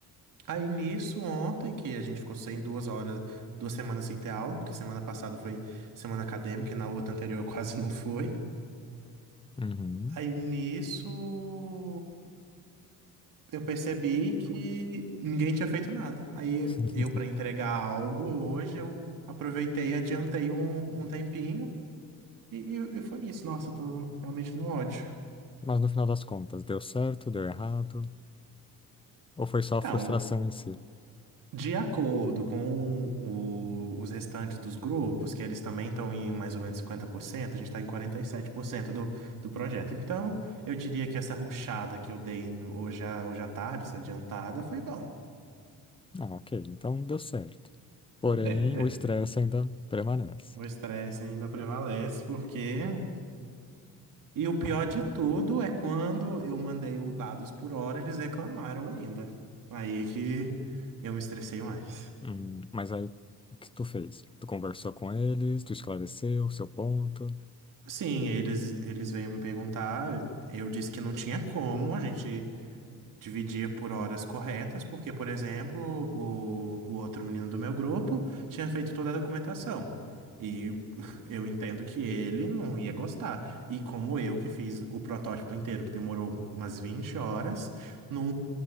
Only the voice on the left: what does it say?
uhum.
<laughs>
Mas no final das contas, deu certo, deu errado? Ou foi só
a frustração em si?
Ah, ok, então deu certo. Porém,
o estresse ainda permanece.
Hum, mas aí, o que tu fez? Tu conversou com eles, tu esclareceu o seu ponto?